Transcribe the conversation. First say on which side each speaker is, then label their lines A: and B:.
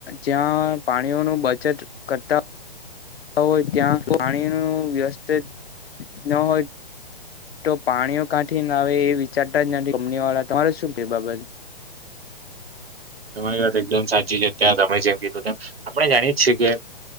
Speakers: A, on the left; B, on the right.
A: જ્યાં પાણીઓનું બચત કરતા હોય. ત્યાં પાણી નું વ્યસ્તિત ન હોય તો પાણીઓ કાંઠી ના આવે. એ વિચારતા જ નથી કમની વાળા. તમારે શું કે બાબતે?
B: તમારી વાત એકદમ સાચી છે. ત્યાં તમે જેમ કીધું તેમ. આપણે જાણીએ છીએ કે